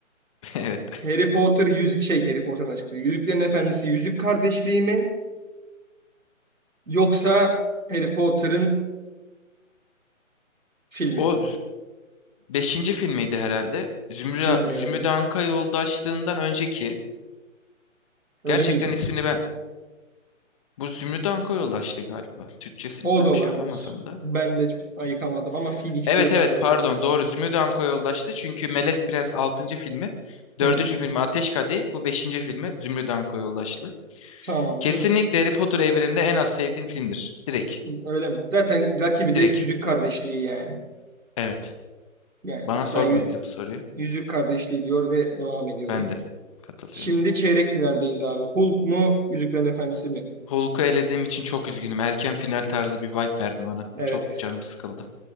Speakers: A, on the left (about 25°); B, on the right (about 80°).
A: <laughs> Evet.
B: Harry Potter yüz şey Harry Potter'ın açıklığı. Yüzüklerin Efendisi Yüzük Kardeşliği mi yoksa Harry Potter'ın filmi
A: O
B: mi?
A: Beşinci filmiydi herhalde. Zümrüt,
B: Bilmiyorum.
A: Zümrüt Anka Yoldaşlığından önceki.
B: Öyle
A: Gerçekten
B: miydi?
A: ismini ben... Bu Zümrüt Anka Yoldaşlığı galiba. Türkçesini
B: O
A: tam
B: da olabilir.
A: şey yapamasam da.
B: Ben de çok ayıkamadım
A: Evet.
B: ama Phoenix
A: Evet
B: diyorsan
A: evet
B: olabilir.
A: pardon doğru Zümrüt Anka Yoldaşlığı. Çünkü Melez Prens altıncı filmi. dördüncü
B: Hı,
A: filmi Ateş Kadehi. Bu beşinci filmi Zümrüt Anka Yoldaşlığı.
B: tamamdır.
A: Kesinlikle Harry Potter evreninde en az sevdiğim filmdir. Direkt.
B: Öyle mi? Zaten rakibi de
A: Direkt.
B: Yüzük Kardeşliği yani.
A: Evet.
B: Yani
A: Bana sorma
B: ben yüz,
A: bile bu soruyu.
B: Yüzük Kardeşliği diyor ve devam ediyorum.
A: Ben de katılıyorum.
B: Şimdi çeyrek finaldeyiz abi. Hulk mu, Yüzüklerin Efendisi mi?
A: Hulk'u elediğim için çok üzgünüm. Erken final tarzı bir vibe verdi bana.
B: Evet,
A: Çok canım sıkıldı.